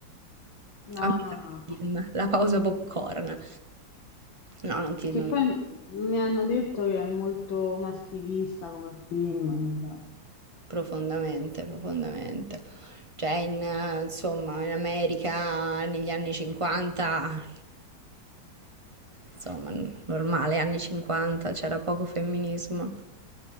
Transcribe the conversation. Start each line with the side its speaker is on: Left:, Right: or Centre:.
Left: No,
Right: a metà
Left: no, no.
Right: film, la pausa popcorn. No, non ti...
Left: Che
Right: non-
Left: poi m- mi hanno detto che è molto maschilista come film,
Right: Profondamente, profondamente. Cioè, in, eh, insomma, in America negli anni 50, insomma, n- normale, anni 50, c'era poco femminismo.